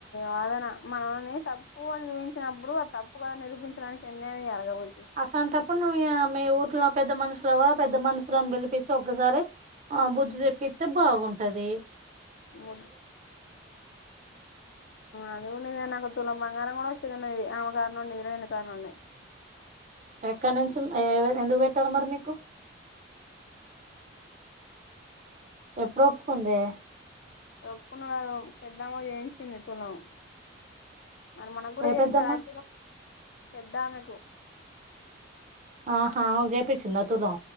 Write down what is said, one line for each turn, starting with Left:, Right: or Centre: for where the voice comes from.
Left: వాదన మనవల్ని తప్పు అని చూయించినప్పుడు ఆ తప్పు కదని నిరూపించడానికి ఎన్ని జరగబో
Right: అసా తప్పుడు నువమెఊ ట్లా పెద్ద మనుషులవ ఆ పెద్ద మనుషుని పిలిపించి ఒక్కసారి బుధదేవవిత బాగుంట పట్టద
Left: ము అది నాకల బంగారంం కూడా వచ్చిన్నా ఆమ కారణడి ఇన కారణే
Right: ఎక్కనస ఎందు పెట్టారం మరిమకు ఎప్పుడ ఒప్పుకుంది
Left: ఎప్పును కా పెద్దామో చేయించింది తులం మరి మన కూడా
Right: ఏ
Left: ఏం
Right: పెద్దమ్మ
Left: స పెద్దామె కు
Right: ఆహా అ జయపిట్టిింద తలో